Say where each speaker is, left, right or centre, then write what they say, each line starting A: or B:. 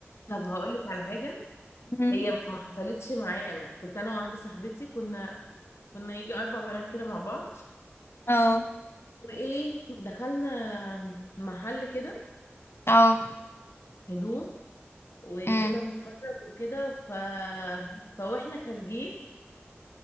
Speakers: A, on the left; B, on the left.
A: طب هقول لك على حاجه
B: اه
A: هي ما حصلتش معايا انا كنت انا وواحده صاحبتي كنا كنا يجي اربع بنات كده مع بعض
B: اه
A: وايه دخلنا محل كده
B: اه
A: هدوم وكنا
B: أمم.
A: بنتفرج وكده ف... فواحنا خارجين